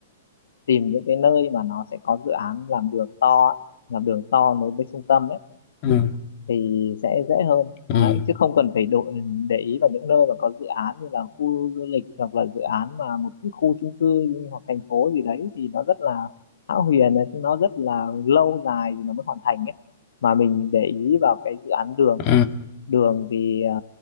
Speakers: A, on the left; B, on the left.
A: tìm những cái nơi mà nó sẽ có dự án làm đường to ấy, làm đường to nối với trung tâm ấy
B: ừ
A: thì sẽ dễ hơn
B: ừ
A: đấy chứ không cần phải độ để ý vào những nơi mà có dự án như là khu du lịch hoặc là dự án mà một cái khu chung cư hoặc thành phố gì đấy thì nó rất là hão huyền ấy, nó rất là lâu dài thì nó mới hoàn thành ấy mà mình để ý vào cái dự án đường
B: ừ,
A: đường thì à,